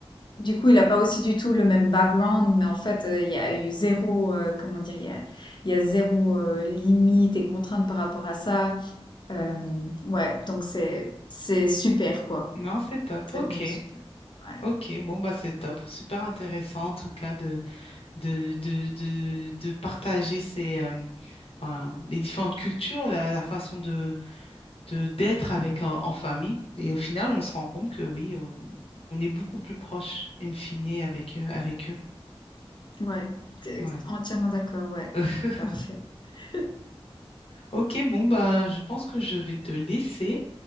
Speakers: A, on the left (about 50°); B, on the left (about 70°).
A: Du coup, il a pas aussi du tout le même background, mais en fait, euh, il y a eu zéro, euh, comment dire, il y a, il y a zéro euh, limite et contrainte par rapport à ça. Euh, ouais, donc c'est c'est super quoi.
B: Non, c'est top.
A: C'est
B: OK.
A: vraiment super. Ouais,
B: Ok, bon bah c'est top, super intéressant en tout cas de de de de, de partager ces euh, enfin les différentes cultures, la, la façon de de d'être avec en, en famille et au final on se rend compte que oui, euh, on est beaucoup plus proche in fine avec euh, avec eux.
A: ouais, t'es
B: Ouais.
A: entièrement d'accord. Ouais,
B: <laughs>
A: parfait. <laughs>
B: Ok, bon bah je pense que je vais te laisser